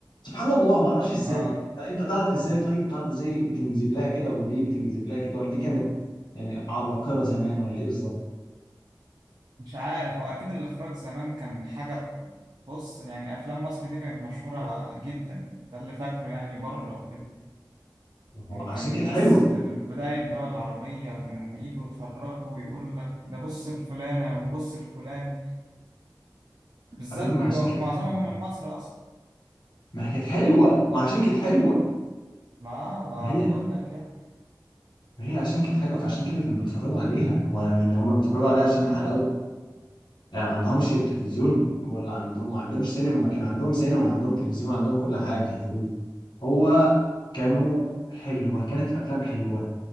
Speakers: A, on the left; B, on the right.
A: سبحان الله ما اعرفش ازاي
B: اه
A: انت تعرف ازاي طيب تعرف ازاي بتنجذب لها كده وليه بتنجذب لها كده ولا دي كانت يعني عباقرة زمان ولا ايه بالظبط
B: مش عارف هو اكيد الاخراج زمان كان حاجة بص يعني افلام مصر دي كانت مشهورة جدا ده اللي فاكره يعني بره وكده
A: هو
B: يعني
A: عشان
B: كان
A: كانت
B: الناس
A: حلوة
B: في البداية الدول العربية كانوا يجوا يتفرجوا ويقول لك ده بص الفلانة وبص الفلان بالذات
A: حبيبي ما
B: بيبقى
A: عشان كانت
B: معظمهم
A: حلوة
B: من مصر أصلا
A: ما هي كانت حلوة ما عشان كانت حلوة
B: ما ما
A: ما هي
B: بقول لك يعني
A: ما هي عشان كانت حلوة فعشان كده كانوا بيتفرجوا عليها هو يعني هم بيتفرجوا عليها عشان حلاوة يعني ما عندهمش تلفزيون ولا عندهم ما عندهمش سينما ما كان عندهم سينما وعندهم تلفزيون وعندهم كل حاجة يا اخوي هو كانوا حلوة كانت الأفلام حلوة